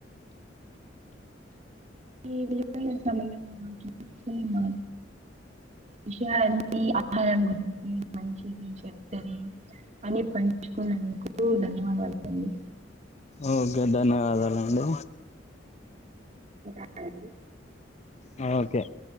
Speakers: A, on the right (about 35°); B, on the left (about 35°).
A: ఈ విలువైన సమయం మాకిచ్చి మా విచియా అండి. ఆ రంగుంది. మంచిది చెడ్డది అనే పంచుకునకు ఓ ధన్యవాదాలుండి
B: ఓకే ధన్యవాదాలు అండి.
A: అరడి
B: హా ఓకే